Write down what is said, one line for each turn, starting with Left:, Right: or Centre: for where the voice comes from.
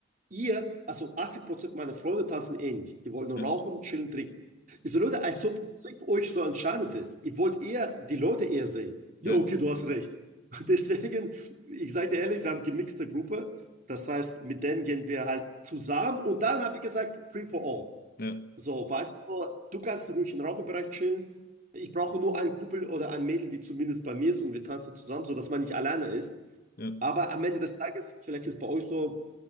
Right: ihr, also 80% meiner Freunde tanzen eh nicht. Die wollen nur
Left: ja,
Right: rauchen, chillen, trinken. Ich so, Leute, als ob Musik für euch so entscheidend ist. Ihr wollt eher die Leute eher sehen. Ja,
Left: ja,
Right: okay, du hast recht. <laughs> Und deswegen, ich sage dir ehrlich, wir haben gemixte Gruppe. Das heißt, mit denen gehen wir halt zusammen. Und dann habe ich gesagt, free for all.
Left: ja,
Right: So, weißt du, du kannst ruhig im Raucherbereich chillen. Ich brauche nur einen Kumpel oder ein Mädel, die zumindest bei mir ist und wir tanzen zusammen, sodass man nicht alleine ist.
Left: ja, ja,
Right: Aber am Ende des Tages, vielleicht ist bei euch so,